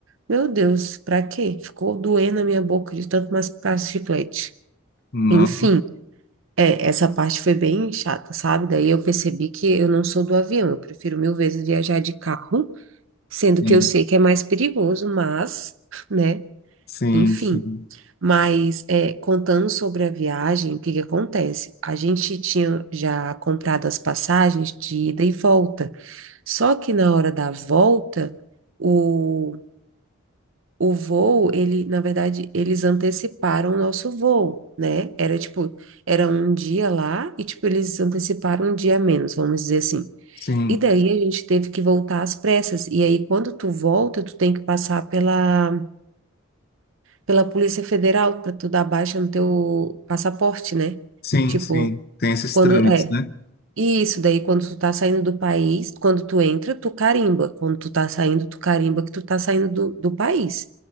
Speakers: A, on the right; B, on the left.
A: Meu Deus, pra quê? Ficou doendo a minha boca de tanto mascar chiclete.
B: não.
A: Enfim. É, essa parte foi bem chata, sabe? Daí eu percebi que eu não sou do avião, eu prefiro mil vezes viajar de carro, sendo
B: Sim,
A: que eu sei que é mais perigoso, mas, <laughs> né,
B: sim,
A: enfim.
B: sim,
A: Mas é, contando sobre a viagem, o que que acontece? A gente tinha já comprado as passagens de ida e volta, só que na hora da volta, o o voo, ele, na verdade, eles anteciparam o nosso voo, né? Era tipo, era um dia lá e tipo eles anteciparam um dia a menos, vamos dizer assim.
B: sim,
A: E daí a gente teve que voltar às pressas. E aí quando tu volta, tu tem que passar pela pela Polícia Federal para tu dar baixa no teu passaporte, né?
B: sim,
A: Tipo,
B: sim. Tem esses
A: quando
B: trâmites,
A: é,
B: né?
A: e isso daí, quando tu tá saindo do país, quando tu entra, tu carimba. Quando tu tá saindo, tu carimba que tu tá saindo do, do país.